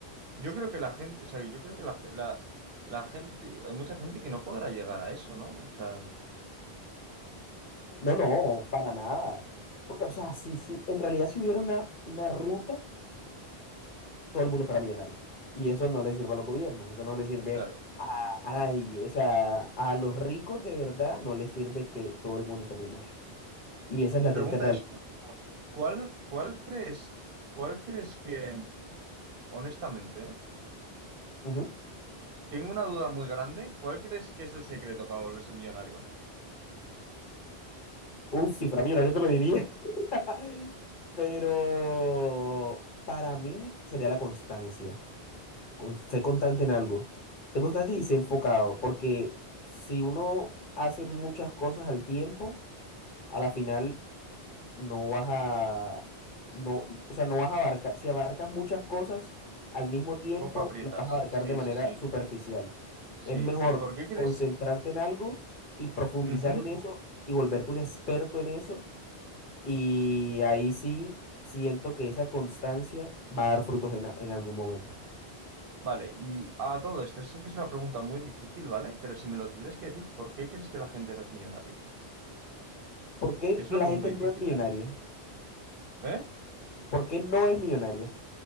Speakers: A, on the right; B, on the left.
A: yo creo que la gente, o sea, yo creo que la, la, la gente, hay mucha gente que no podrá llegar a eso, ¿no? O sea,
B: No, no, para nada. Porque, o sea, si, si en realidad si hubiera una, una ruta todo el mundo fuera millonario. Y eso no le sirve a los gobiernos, eso no le sirve
A: claro.
B: a, a nadie. O sea, a los ricos de verdad no les sirve que todo el mundo sea millonario. Y esa es
A: Mi
B: la
A: pregunta
B: triste realidad.
A: es, ¿cuál, cuál crees, cuál crees que, honestamente,
B: Ujú.
A: Tengo una duda muy grande. ¿Cuál crees que es el secreto para volverse millonario?
B: Uf, si fuera millonario te lo diría. <laughs> Pero para mí sería la constancia. Con, ser constante en algo. Ser constante y ser enfocado. Porque si uno hace muchas cosas al tiempo, a la final no vas a, no, o sea, no vas a abarcar, si abarcas muchas cosas al mismo tiempo,
A: Poco aprietas.
B: las vas a abarcar
A: Sí,
B: de manera
A: sí, sí.
B: superficial.
A: Sí.
B: Es mejor
A: ¿Y por qué crees?
B: concentrarte en algo y profundizar
A: Ujú.
B: en eso y volverte un experto en eso. Y ahí sí siento que esa constancia va a dar frutos en, a- en algún momento.
A: Vale, y a todo esto, sé que es una pregunta muy difícil, ¿vale? Pero si me lo tuvieras que decir, ¿por qué crees que la gente no es millonaria?
B: ¿Por qué
A: Es
B: la
A: una pregunta
B: gente
A: difícil,
B: no es millonaria?
A: ¿eh? ¿Eh?
B: ¿Por qué no es millonaria?